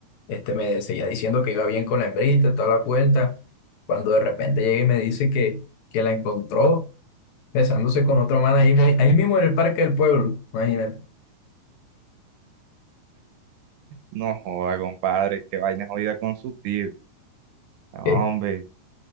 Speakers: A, on the left (about 75°); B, on the right (about 80°).
A: este, me seguía diciendo que iba bien con la hembrita, toda la vuelta, cuando de repente llega y me dice que, que la encontró besándose con otro man ahí, mi- ahí mismo en el parque del pueblo, imagínate.
B: No joda, compadre, qué vaina jodida con su tío. Hombre,
A: <laughs>